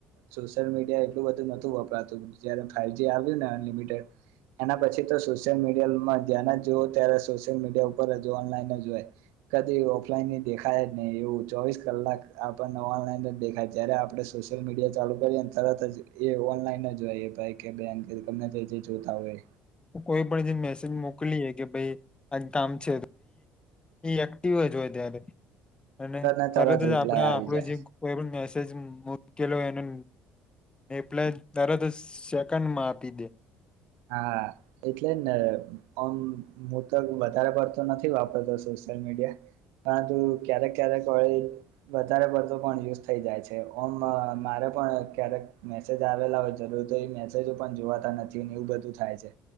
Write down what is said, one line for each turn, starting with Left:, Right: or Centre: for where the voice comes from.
Right: સોશયલ મીડિયા એટલું બધું નતું વપરાતું જ્યારે ફાઈવજી આવ્યું ને અનલિમિટેડ એના પછી તો સોશિયલ મીડિયામાં જ્યા જોઓ ત્યારે સોશિયલ મીડિયા ઉપર ઓનલાઈન જો હોય કદી ઓફલાઈન દેખાય નહી એવું ચોવીસ કલાક આપણને ઓનલાઈન જ દેખાય જ્યારે આપડે સોશિયલ મીડિયા ચાલુ કરીએને તરત જ એ ઓનલાઈન જ હોય ભાઈ કે <unintelligible> જે જોતા હોય
Left: કોઈ પણ જે મેસેજ મોક મોલીએ કે ભાઈ આનું કામ છે એક્ટિવ જ હોય ત્યારે અને
Right: ને
Left: તરત જ
Right: રિપ્લાય
Left: આપડે આપડો
Right: આવી જાય
Left: જે કોઈ પણ મેસેજ મુકેલો એને એપ્લાય તરત સેકન્ડમાં આપી દે.
Right: હા એટલે ને ઓમ હું તો વધારે પડતો નથી વાપરતો સોશિયલ મીડિયા પરંતુ ક્યારેક ક્યારેક વધારે પડતો પણ યુઝ થઈ જાય છે ઓમ મારે પણ ક્યારેક મેસેજ આવેલા હોય જરૂર તો એ મેસેજો પણ જોવાતા નથી. એવુ બધું થાય છે